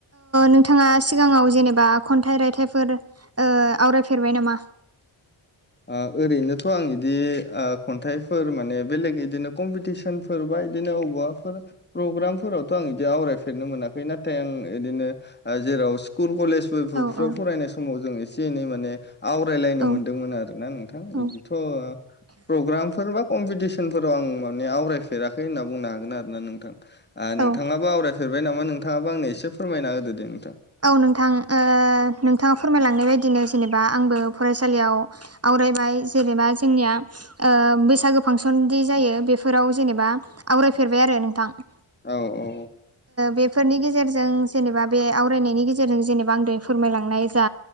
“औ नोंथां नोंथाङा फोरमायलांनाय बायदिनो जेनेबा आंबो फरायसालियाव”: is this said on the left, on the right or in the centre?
Right